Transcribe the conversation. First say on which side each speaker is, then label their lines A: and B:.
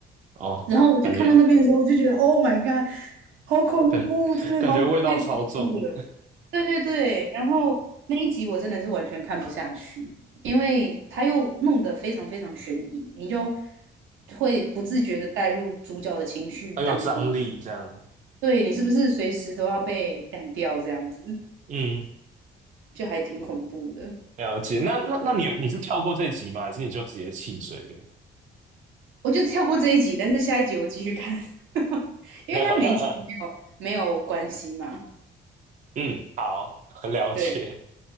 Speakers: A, on the right (about 40°); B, on the right (about 80°).
A: 哦，
B: 然后我就看到那边的时候，
A: 感觉
B: 我就觉得 Oh my God，好恐怖，
A: 感
B: 真的好太恐怖了。
A: 感觉味道超重，
B: 对对对，然后那一集我真的是完全看不下去，因为他又弄得非常非常悬疑，你就会不自觉的带入主角的情绪当中，
A: 很有张力这样。
B: 对你是不是随时都要被干掉这样子，
A: 嗯，
B: 就还挺恐怖的。
A: 了解。那那那你你是跳过这集吗？还是你就直接弃追了？
B: 我就跳过这一集，但是下一集我继续看，<laughs> 因为它每一集都没有没有关系嘛，
A: <laughs> 嗯，好，<laughs> 了解。
B: 对。